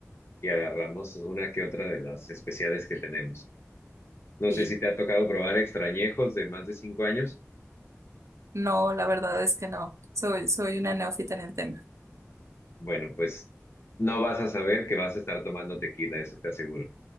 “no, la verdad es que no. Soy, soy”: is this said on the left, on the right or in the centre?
Right